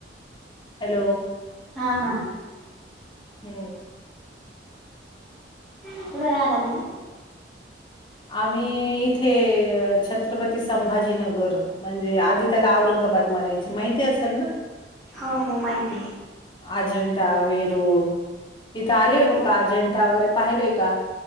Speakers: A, on the left; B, in the centre.
A: हॅलो.
B: हा हा.
A: हं.
B: कुठे राहता तुम्ही?
A: आम्ही इथे, छत्रपती संभाजीनगर म्हणजे आधी त्याला औरंगाबाद बाद म्हणायचे माहिती असेल ना.
B: हो हो माहिती
A: अजेंठा वेरूळ, इथं
B: आहे
A: आली होती का? अजेंठा वगैरे पाहिलंय का?